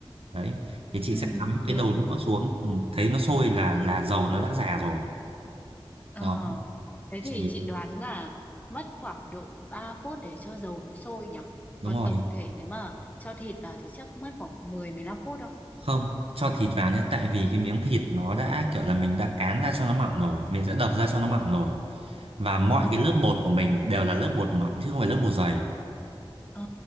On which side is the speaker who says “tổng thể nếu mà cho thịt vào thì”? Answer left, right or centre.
Left